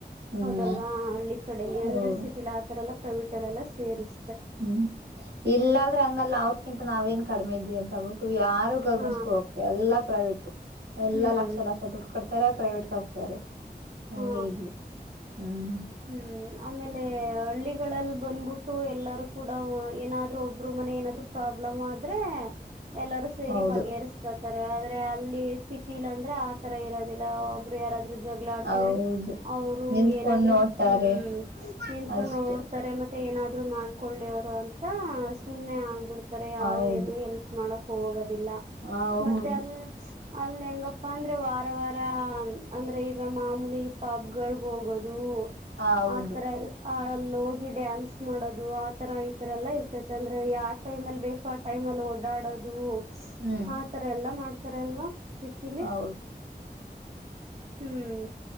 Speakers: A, on the right; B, on the right.
A: ಹ್ಮ್
B: ಹೌದಲ್ವಾ ಹಳ್ಳಿ ಕಡೆಲಿ
A: ಹೌದು
B: ಅಂದ್ರೆ ಸಿಟಿಲೀ ಆತರ ಎಲ್ಲ <unintelligible> ಸೇರಿಸ
A: ಹ್ಮ್ ಇಲ್ಲ ಆದ್ರೆ ಹಂಗಲ್ಲ ಅವ್ರಕ್ಕಿಂತ. ನಾವೇನ್ ಕಡಿಮೆ ಇದೀವಿ ಅಂತವು ಯಾರು ಗೌರ್ಮೆಂಟ್
B: ಹಾ
A: ಸ್ಕೂಲ್ ಹೋಗ್ತ ಎಲ್ಲಾ ಪ್ರೈವೇಟು ಎಲ್ಲಾ
B: ಹ್ಮ್
A: ಲಕ್ಷ ಲಕ್ಷ ದುಡ್ಡು ಕಡ್ತಾರೆ. ಪ್ರೈವೇಟ್ಗ ಹಾಕ್ತಾರೆ.
B: ಹಾ
A: ಹಂಗೆ ಇಲ್ಲಿ ಹ್ಮ್.
B: ಹ ಆಮೇಲೆ ಹಳ್ಳಿಗಳಲ್ಲಿ ಬಂದ್ಬಿಟ್ಟು ಎಲ್ಲರೂ ಕೂಡ ಏನಾದ್ರು ಒಬ್ರು ಮನೆ ಏನಾದ್ೂ ಪ್ರಾಬ್ ಪ್ರಾಬ್ಲಮ್ ಆದ್ರೆ ಎಲ್ಲಾರೂ ಸೇರಿ
A: ಹೌದು
B: ಬಗೆಹರಿಸಸ್ಕತ್ ಾರೆ ಆದ್ರೆ ಅಲ್ಲಿ ಸಿಟಿಲಂತ ಅಂದ್ರೆ ಆ ತರ ಇರೋದಿಲ್ಲಬ್ ಯಾರ ಜಗಳ ಆಡ್ತಿದ್ರೆ
A: ಹೌದು
B: ಅವ್ರು
A: ನಿಂತ್ಕೊಂಡ್
B: ಏನಾದ್ರು
A: ನೋಡ್ತಾರೆ
B: ಹ್ಮ್ ನಿಂಕೊಂಡು
A: ಅಷ್ಟೆ
B: ನೋಡ್ತಾರೆ ಮತ್ತೆ ಮತ್ತ ಏನಾದ್ರು ಮಾಡ್ಕೊಳ್ಳಿ ಅವ್ರು ಅಂತ ಸುಮ್ಮ್ನೆ ಆಗ್ಬಿಡ್ತ ಯಾರು
A: ಹೌದು
B: ಏನು ಎಲ್ಪ್ ಮಾಡೋ ಹೋಗ
A: ಹೌದು
B: ಮತ್ತೆ ಅಲ್ಲಿ ಅಲ್ಲಿ ಹೆಂಗಪ್ಪ ಅಂದ್ರೆ ವಾರ ವಾರ ಅಂದ್ರೆ ಈಗ ಮಾಮೂಲಿ ಪಬ್ ಗಳಗೆ ಹೋಗೋದು
A: ಹೌದು
B: ಅತ್ರ ಆ ಅಲ್ಲಿ ಹೋಗಿ ಡ್ಯಾನ್ಸ್ ಮಾಡೋದು ಆತರ ಈ ತರ ಎಲ್ಲಾ ಇರ್ತೈತಿ ಂದ್ರ ಯ ಆ ಟಮ್ ಅಲ್ಲಿ ಬೇಕು ಆ ಟೈಮ ಅಲ್ಲಿ ಓಡಾಡೋದು.
A: ಹ್ಮ್
B: ಆ ತರ ಎಲ್ಲಾ ಮಾಡ್ತ ತ್ತರಲ್ವಾ ಸಿಟಲ್ಲಿ
A: ಹೌದು
B: ಹ್ಮ್